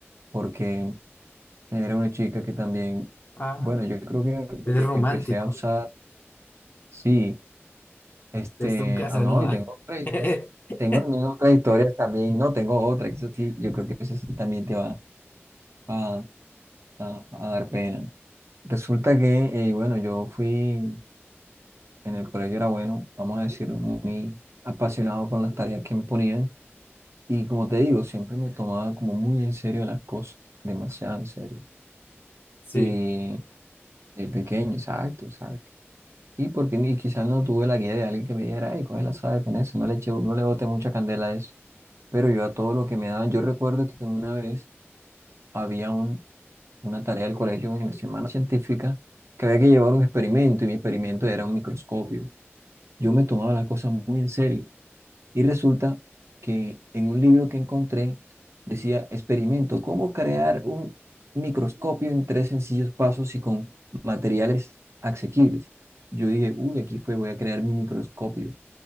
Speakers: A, on the right (about 70°); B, on the left (about 45°).
A: porque era una chica que también,
B: Ah,
A: bueno, yo creo que desde
B: es romántico.
A: que empecé a usar, sí, este,
B: Es un Casanova.
A: ah, no, y tengo otras historias,
B: <laughs>
A: tengo también otras historias también, no, tengo otra, que eso sí, yo creo que eso sí también te va a, a- a dar pena. Resulta que, eh, bueno, yo fui, en el colegio era bueno, vamos a decirlo, muy apasionado con las tareas que me ponían. Y como te digo, siempre me tomaba como muy en serio las cosas, demasiado en serio.
B: Sí,
A: Y de pequeño, exacto, exacto. Y porque ni- quizás no tuve la guía de alguien que me dijera, ay, coge la sabe con eso, no le eche, no le bote mucha candela a eso. Pero yo a todo lo que me daban, yo recuerdo que una vez había un, una tarea del colegio en la semana científica que había que llevar un experimento y mi experimento era un microscopio. Yo me tomaba las cosas muy en serio Y resulta que en un libro que encontré decía, experimento, cómo crear un microscopio en tres sencillos pasos y con materiales asequibles. Yo dije, uy, aquí fue, voy a crear mi microscopio.